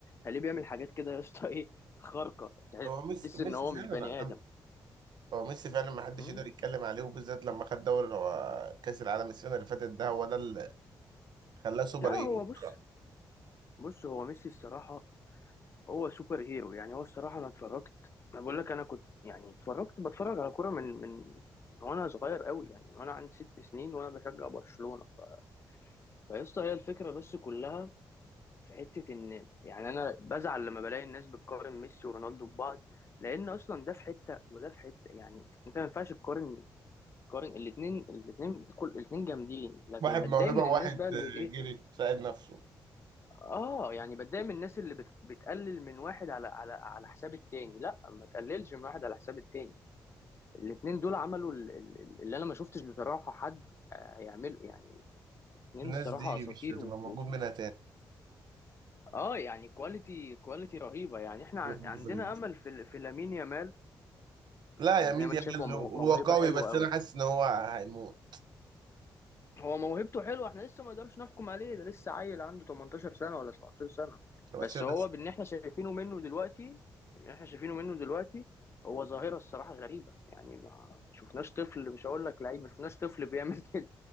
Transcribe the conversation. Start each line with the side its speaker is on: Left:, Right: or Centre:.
Left: هليه بيعمل حاجات كده يا اسطى <laughs> ايه خارقة
Right: هو ميسي
Left: تحس
Right: ميسي
Left: ان هو
Right: فعلا
Left: مش بني
Right: عالمي
Left: آدم
Right: هو ميسي فعلا ما حدش
Left: مم.
Right: يقدر يتكلم عليه وبالذات لما خد دوري هو كاس العالم السنه اللي فاتت ده هو ده اللي خلاه سوبر
Left: لا
Right: هيرو
Left: هو بص
Right: بصراحه
Left: بص هو ميسي الصراحة هو سوبر هيرو يعني هو الصراحة انا اتفرجت انا بقول لك انا كنت يعني اتفرجت بتفرج على كرة من من وانا صغير قوي يعني وانا عندي ست سنين وانا بشجع برشلونة ف... فيا اسطى هي الفكرة بس كلها في حتة إن يعني أنا بزعل لما بلاقي الناس بتقارن ميسي ورونالدو ببعض لأن أصلا ده في حتة وده في حتة يعني أنت ما ينفعش تقارن تقارن الاتنين الاتنين كل الاتنين جامدين لكن
Right: واحد
Left: بتضايق
Right: موهبه
Left: من
Right: وواحد
Left: الناس بقى اللي إيه
Right: جري ساعد نفسه
Left: آه يعني بتضايق من الناس اللي بت بتقلل من واحد على على على حساب التاني لا ما تقللش من واحد على حساب التاني الاتنين دول عملوا ال- ال- اللي أنا ما شفتش بصراحة حد آه، يعمله يعني اتنين
Right: الناس
Left: الصراحة
Right: دي
Left: أساطير
Right: مش هتبقى
Left: و-
Right: موجود منها
Left: اه يعني كواليتي كواليتي رهيبه يعني احنا عن-
Right: تاني
Left: عندنا امل في في لامين يامال
Right: لا
Left: آه،
Right: يميل
Left: زي ما
Right: يميل
Left: انت شايف هو
Right: له،
Left: مو-
Right: هو
Left: موهبه
Right: قوي
Left: حلوه
Right: بس
Left: قوي
Right: انا حاسس ان هو هيموت
Left: هو موهبته حلوه احنا لسه ما نقدرش نحكم عليه ده لسه عيل عنده 18 سنه ولا 17 سنه
Right: عشان
Left: بس هو
Right: بس
Left: باللي احنا شايفينه منه دلوقتي اللي احنا شايفينه منه دلوقتي هو ظاهره الصراحه غريبه يعني ما ما شفناش طفل مش هقول لك لعيب ما شفناش طفل بيعمل <laughs> كده